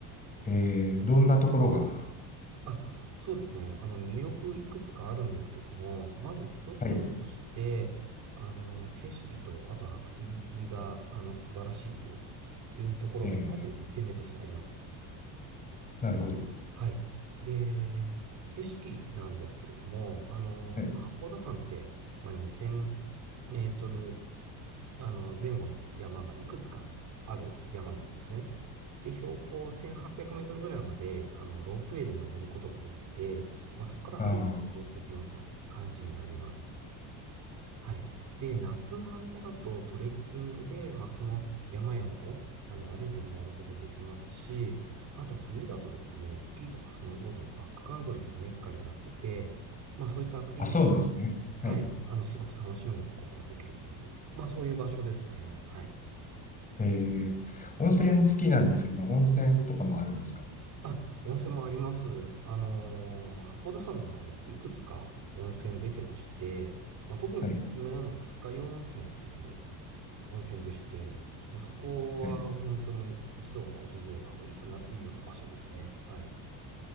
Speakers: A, on the left (about 15°); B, on the right (about 40°).
A: えーどんなところが
B: あ、そうですね。あの、魅力いくつかあるんですけども、まず一つ目として、
A: はい。
B: あの、景色と、あとアクティビティが、あの、素晴らしいというところが、
A: えー
B: まず一点目としてあります。
A: なるほど。
B: はい。で、景色なんですけれども、あの、
A: はい。
B: まあ八甲田山って、まあ、2000メートルあの、前後の山がいくつかある山なんですね。で、標高1800メートルぐらいまで、あの、ロープウェイで登ることができて、まあ、そこから歩いて登っていくような感じになります。
A: あー
B: はい。で、夏の間だとトレッキングで、まあ、その山々を、あの、歩いて回ることできますし、あと冬だとですね、スキーとかスノーボードのバックカントリーのメッカになってて、まあ、そういったアクティビティ、
A: あ、そうですね。はい。
B: はい、あの、すごく楽しむことができるっていう、まあ、そういう場所ですね。はい。
A: えー温泉好きなんですけど、温泉とかもあるんですかね。
B: あ、温泉もあります。あのー函館山の周りっていくつか温泉出てまして、まあ、特におすすめなのが酸ヶ湯温泉っていう
A: はい。
B: 温泉でして、まあ、そこは本当に一度は訪れた方がいいかなっていうような場所ですね。
A: はい。
B: はい。